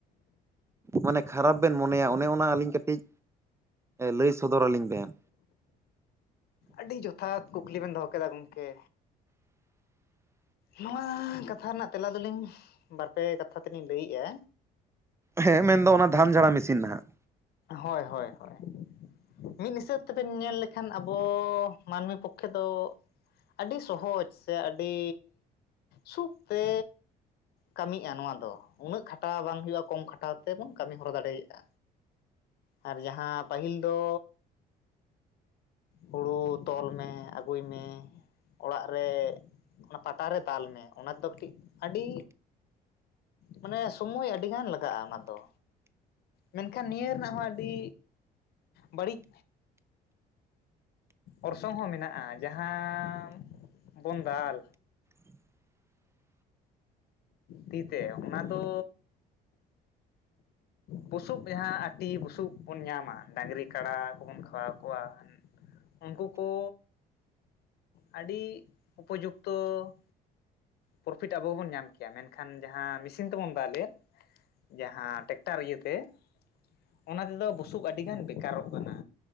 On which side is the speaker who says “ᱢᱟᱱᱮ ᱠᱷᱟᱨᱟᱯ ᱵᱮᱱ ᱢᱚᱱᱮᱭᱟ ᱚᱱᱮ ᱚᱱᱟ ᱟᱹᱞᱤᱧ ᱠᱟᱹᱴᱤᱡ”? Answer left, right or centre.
Right